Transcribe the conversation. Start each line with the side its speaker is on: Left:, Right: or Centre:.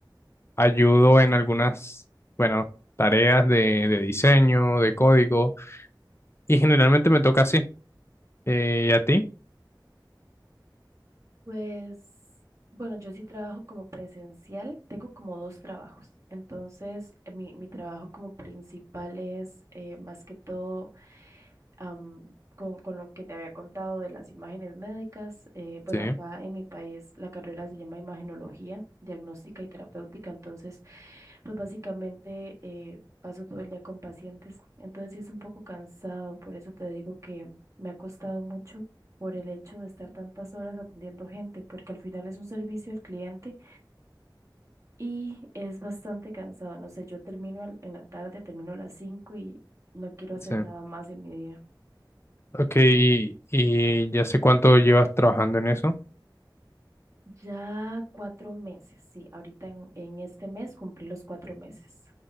Left: ayudo en algunas, bueno, tareas de, de diseño, de código Y generalmente me toca así. Eh, ¿y a ti?
Right: Pues, bueno, yo sí trabajo como presencial, tengo como dos trabajos. Entonces, eh, mi, mi trabajo como principal es eh, más que todo am, con, con lo que te había contado de las imágenes médicas. Eh, bueno,
Left: Sí,
Right: acá en mi país la carrera se llama imagenología, diagnóstica y terapéutica. Entonces, pues básicamente eh, paso todo el día con pacientes, entonces sí es un poco cansado, por eso te digo que me ha costado mucho por el hecho de estar tantas horas atendiendo gente, porque al final es un servicio al cliente y es bastante cansado. No sé, yo termino al- en la tarde, termino a las 5 y no quiero hacer
Left: sí.
Right: nada más en mi día.
Left: Ok, y, y ya sé cuánto llevas trabajando en eso.
Right: Ya cuatro meses, sí, ahorita en, en este mes cumplí los cuatro meses.